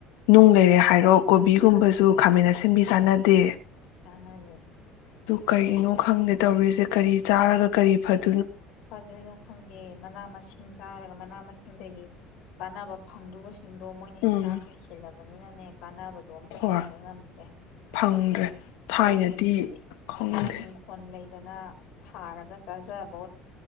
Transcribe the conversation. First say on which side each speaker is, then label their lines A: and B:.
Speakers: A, on the left; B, on the left.
A: ꯅꯨꯡ ꯂꯩꯔꯦ ꯍꯥꯏꯔꯣ ꯀꯣꯕꯤꯒꯨꯝꯕꯁꯨ ꯈꯥꯃꯦꯟ ꯑꯥꯁꯤꯟꯕꯤ ꯆꯥꯟꯅꯗꯦ
B: ꯆꯥꯅꯗꯦ
A: ꯀꯔꯤꯅꯣ ꯈꯪꯗꯦ ꯇꯧꯔꯤꯁꯦ ꯀꯔꯤ ꯆꯥꯔꯒ ꯀꯔꯤ ꯐꯠ
B: ꯐꯗꯣꯏꯅꯣ ꯈꯪꯗꯦ ꯃꯅꯥ ꯃꯁꯤꯡ ꯏꯁꯤꯡ ꯆꯥꯔꯒ ꯃꯅꯥ ꯃꯁꯤꯡꯗꯒꯤ ꯀꯥꯟꯅꯕ ꯐꯪꯗꯕꯁꯤꯡ ꯁꯤꯡꯗꯣ ꯃꯣꯏꯅ
A: ꯎꯝ
B: ꯍꯤꯗꯥꯛ ꯀꯥꯏꯁꯤꯜꯂꯕ ꯕꯅꯤꯅꯅꯦ ꯀꯥꯟꯅꯕꯗꯣ ꯑꯝꯇ
A: ꯍꯣꯏ
B: ꯐꯪꯕ ꯉꯝꯗ꯭ꯔꯦ
A: ꯐꯪꯗ꯭ꯔꯦ ꯊꯥꯏꯅꯗꯤ
B: ꯇꯧꯔꯤꯁꯦ ꯑꯗꯒꯤꯗꯤ
A: ꯈꯪꯗꯦ
B: ꯂꯝ ꯏꯤꯡꯈꯣꯜ ꯂꯩ ꯑꯗꯨꯅ ꯊꯥꯔꯒ ꯆꯥꯖꯕ